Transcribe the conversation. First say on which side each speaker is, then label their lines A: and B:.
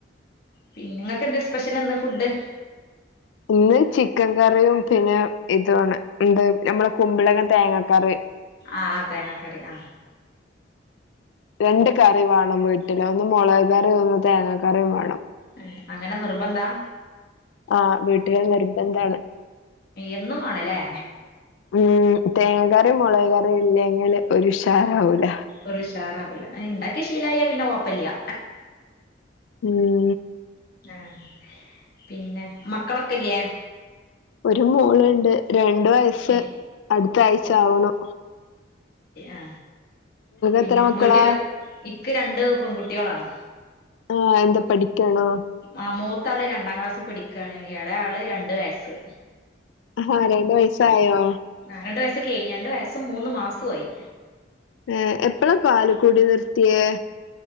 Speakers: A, on the left (about 55°); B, on the left (about 80°).
A: പിന്നെ ങ്ങക്ക് എന്ത് സ്പെഷ്യൽ ഇന്ന് ഫുഡ്
B: ഇന്ന് ചിക്കൻ കറിയും പിന്നെ ഇതു ആണ് എന്താ നമ്മള കുമ്പിളങ്ങ തേങ്ങാക്കറി
A: ആഹ് തേങ്ങാ കറി ആഹ്
B: രണ്ട് കറി വാണം വീട്ടില് ഒന്ന് മൊളക് കറിം ഒന്ന് തേങ്ങാ കറിം മാണം
A: ഏഹ് അങ്ങനെ നിർബന്ധാ
B: ആഹ് വീട്ട്ല് നിർബന്ധാണ്.
A: എന്നും മാണലേ
B: ഉം തേങ്ങക്കറിയും മുളക് കറിയും ഇല്ലെങ്കിൽ ഒരു ഉഷാറാവൂല
A: ഒരു ഉഷാറാവില്ല അത് ണ്ടാക്കി ശീലായ പിന്നെ കൊഴപ്പല്യാ
B: ഉം
A: ഏഹ് പിന്നെ മക്കളൊക്കെല്യേ?
B: ഒരു മോള്ണ്ട് രണ്ട് വയസ്
A: ഏഹ്
B: അട്ത്താഴ്ച്ചാവ്ണ്
A: ആ പിന്നെ
B: എത്ര മക്കളാ
A: വീട്ടിലോ ഇക്ക് രണ്ട് പെൺകുട്ടികളാണ്.
B: ആഹ് എന്താ പഠിക്യാണോ?
A: ആഹ് മൂത്താള് രണ്ടാം ക്ലാസ് പഠിക്കാണ് ഏളേ ആള് രണ്ട് വയസ്സ്
B: ആഹ് രണ്ട് വയസായോ?
A: ആഹ് രണ്ടു വയസ്സ് കെയിഞ്ഞ് രണ്ടു വയസും മൂന്ന് മാസും ആയി.
B: ഏഹ് എപ്പളാ പാലുക്കുടി നിർത്തിയേ?